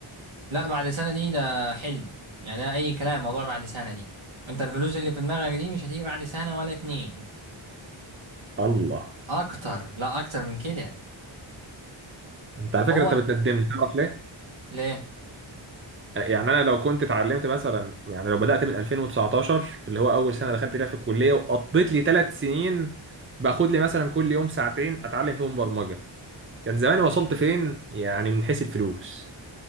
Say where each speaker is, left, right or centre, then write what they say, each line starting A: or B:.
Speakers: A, on the right; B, on the right.
A: لا بعد سنة دي ده حلم يعني ده اي كلام موضوع بعد سنة دي انت الفلوس اللي في دماغك دي مش هتيجي بعد سنة ولا اتنين
B: الله
A: اكتر لا اكتر من كده
B: أنت على فكرة
A: هو
B: أنت بتندمني تعرف ليه؟
A: ليه
B: يعني انا لو كنت اتعلمت مثلا يعني لو بدأت من 2019 اللي هو اول سنة دخلت فيها في الكلية وقضيت لي ثلاث سنين باخد لي مثلا كل يوم ساعتين اتعلم فيهم برمجة كان زماني وصلت فين يعني من حيث الفلوس